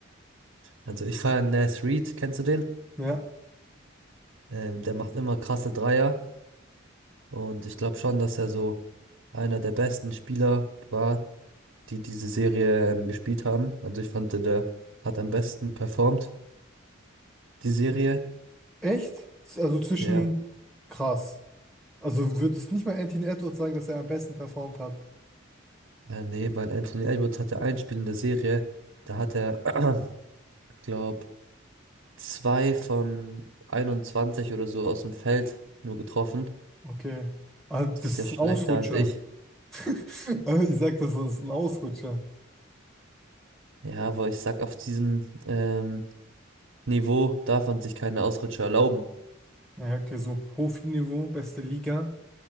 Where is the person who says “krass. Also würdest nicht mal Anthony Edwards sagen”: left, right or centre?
Centre